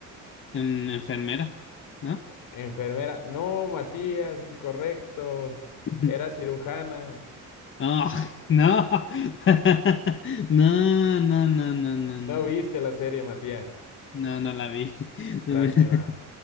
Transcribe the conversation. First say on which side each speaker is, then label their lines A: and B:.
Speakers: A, on the left; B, on the left.
A: en- enfermera, ¿no?
B: Enfermera. No, Matías, incorrecto.
A: <laughs>
B: Era cirujana.
A: Ah, no. <laughs> No, no, no, no, no,
B: No
A: no.
B: viste la serie, Matías.
A: No, no la vi. <laughs> No,
B: Lástima.
A: me-